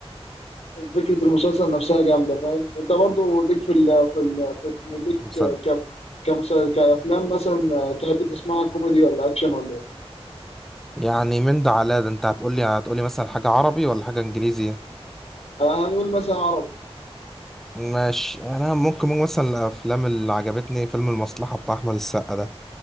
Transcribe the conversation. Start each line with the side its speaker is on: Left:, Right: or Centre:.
Left: فكرة المسلسل نفسها جامدة فاهم أنت برضو ليك في ال في ال في ليك
Centre: المسا-
Left: ك كمسلسل كأفلام مثلا آه، تحب تسمعها كوميدي ولا أكشن ولا إيه؟
Centre: يعني من ده على ده انت هتقولي هتقولي مثلا حاجة عربي ولا حاجة انجليزي
Left: آه، هنقول مثلا عربي
Centre: ماشي انا ممكن ممكن مثلا الافلام اللي عجبتني فيلم المصلحة بتاع احمد السقا ده